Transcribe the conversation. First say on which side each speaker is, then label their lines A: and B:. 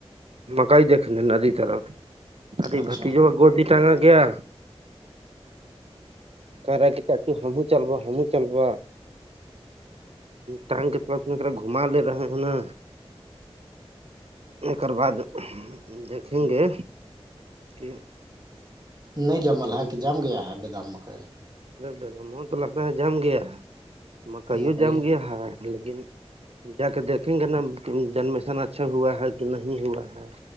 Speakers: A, on the right; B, on the right.
A: مکائی دیکھنے ادھی طرف ارھی
B: اچھا
A: بھتیجب گودی ٹانگا گیا کارا گتا تو ہمو چلوا ہمو چلوا ٹانگ کے پاس میں گھما لے رہے ہیں نا ایکر بع دیکھیں گے کہ
B: نہیں جمل ہے کہ جام گیا ہے بیدام مکئی
A: نہیں با من تو لگتا ہے جام گیا ہے مکائیوں
B: مکئی
A: جام گیا ہے لیکن جا کے دیکھیں گے نا جنمیشن اچھا ہوا ہے کہ نہیں ہوا ہے